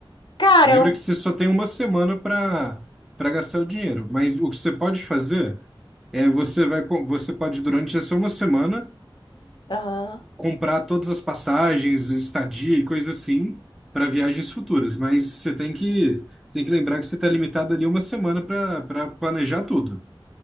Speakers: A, on the left; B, in the centre.
A: Cara,
B: Lembra
A: eu.
B: que você só tem uma semana para para gastar o dinheiro, mas o que você pode fazer é você vai com- você pode durante essa uma semana
A: Aham.
B: comprar todas as passagens, estadia e coisa assim para viagens futuras, mas você tem que tem que lembrar que você está limitado ali uma semana para para planejar tudo.